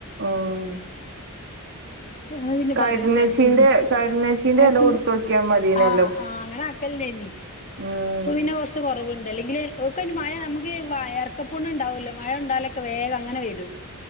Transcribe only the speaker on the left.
അഹ് പിന്നെ
പറയെണ്ടാവിശ്യല്ല്യ
അഷിന്റെ
ആഹ് ആഹ് അങ്ങനെ ക്കൽണ്ടേനി
ഇപ്പപിന്നെ കൊർച്ച് കൊറവ്ണ്ട് അല്ലെങ്കില് ഓക്ക്യ്ന് മഴ നമക്ക് വയർക പുണ്ണ്ണ്ടാവല്ലോ? മഴണ്ടാലൊക്കെ വേഗം അങ്ങനെ വെരും